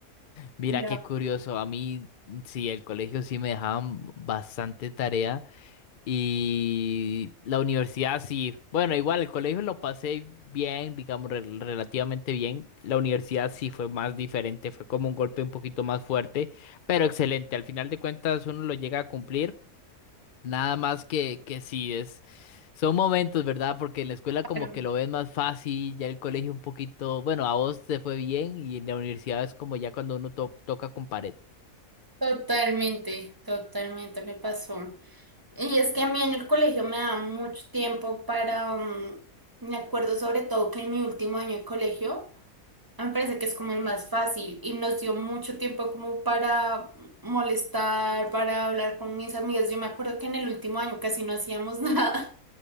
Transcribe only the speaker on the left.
Mira
qué curioso, a mí sí, el colegio sí me dejaban bastante tarea. Y la universidad sí. Bueno, igual el colegio lo pasé bien, digamos, rel- relativamente bien. La universidad sí fue más diferente, fue como un golpe un poquito más fuerte, pero excelente. Al final de cuentas uno lo llega a cumplir. Nada más que, que sí, es, son momentos, ¿verdad? Porque en la escuela como
que lo ves más fácil, ya el colegio un poquito, bueno, a vos te fue bien y en la universidad es como ya cuando uno to- toca con pared.